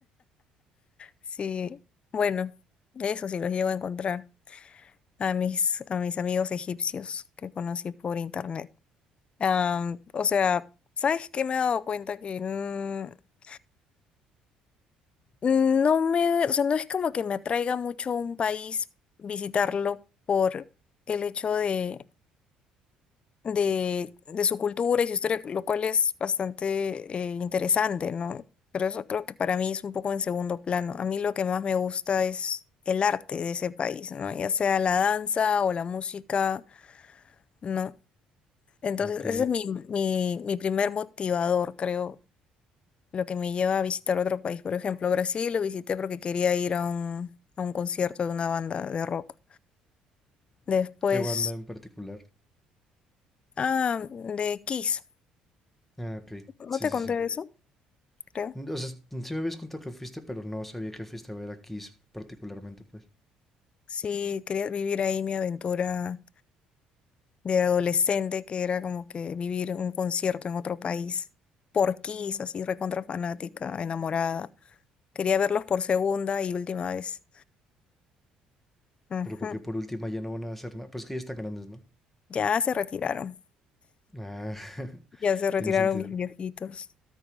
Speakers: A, on the left (about 40°); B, in the centre.
A: sí, bueno, eso sí los llego a encontrar a mis, a mis amigos egipcios que conocí por internet. Am, o sea, ¿sabes qué me he dado cuenta? Que mm, no me, o sea, no es como que me atraiga mucho un país visitarlo por el hecho de, de, de su cultura y su historia, lo cual es bastante eh, interesante, ¿no? Pero eso creo que para mí es un poco en segundo plano. A mí lo que más me gusta es el arte de ese país, ¿no? Ya sea la danza o la música, ¿no? Entonces,
B: Ok.
A: ese es mi, mi, mi primer motivador, creo. lo que me lleva a visitar otro país. Por ejemplo, Brasil lo visité porque quería ir a un, a un concierto de una banda de rock. Después,
B: ¿Qué banda en particular?
A: ah, de Kiss.
B: Ah, ok. Sí,
A: ¿No te
B: sí,
A: conté
B: sí.
A: de eso? Creo.
B: O sea, sí me habías contado que fuiste, pero no sabía que fuiste a ver a Kiss particularmente, pues.
A: Sí, quería vivir ahí mi aventura de adolescente, que era como que vivir un concierto en otro país por Kiss, así recontra fanática, enamorada. Quería verlos por segunda y última vez. Ujú.
B: Pero porque por última ya no van a hacer nada. Pues que ya están grandes, ¿no?
A: Ya se retiraron,
B: Ah, <laughs>
A: ya se retiraron
B: tiene sentido.
A: mis viejitos.